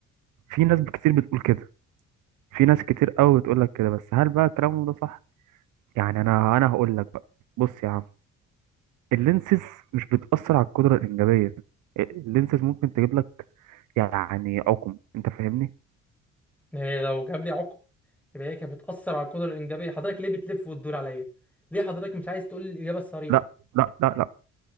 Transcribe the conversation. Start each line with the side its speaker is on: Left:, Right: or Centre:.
Right: في ناس كتير بتقول كده في ناس كتير قوي بتقول لك كده بس هل بقى كلامهم ده صح يعني انا انا هقول لك بقى بص يا عم اللينسز مش بتأثر على القدرة الإنجابية اللينسز ممكن تجيب لك يعني عقم انت فاهمني
Centre: ما هي لو جاب لي عقم يبقى هي كانت بتأثر على القدرة الإنجابية حضرتك ليه بتلف وتدور عليا؟ ليه حضرتك مش عايز تقول لي الإجابة الصريحة؟
Right: لا لا لا لا